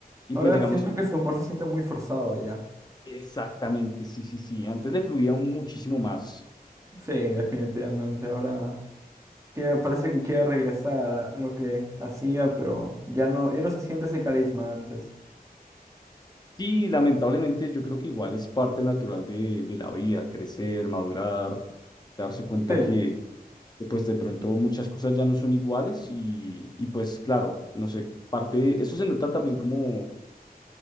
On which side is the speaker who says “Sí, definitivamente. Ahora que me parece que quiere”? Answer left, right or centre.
Right